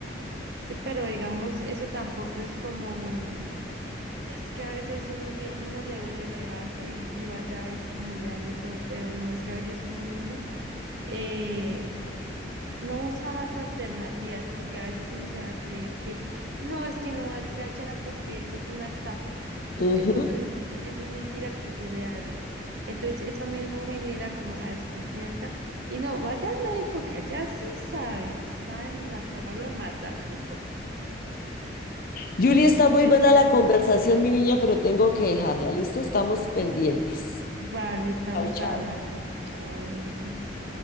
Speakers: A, on the right; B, on the left.
A: Sí, pero digamos, eso tampoco es como, es que a veces uno, pie- uno le duele medio algo y, y vaya y como le dan de todo, pero no, es que a veces uno mismo eh, no busca más alternativas, porque a veces uno se va a creer que no, es que no vaya allá porque eso es una estafa,
B: Ujú.
A: eso no es mentira, eso es mentira que usted le hace. Entonces, eso mismo genera como la desconfianza y no, vaya al médico, que allá sí saben, saben acabarlo de matar. <laughs>
B: Julie,
A: Literal.
B: está muy buena la conversación, mi niña, pero tengo que dejarla. Listo, estamos pendientes.
A: Vale, estamos
B: Chao, chao.
A: hablando. Chao, bendiciones.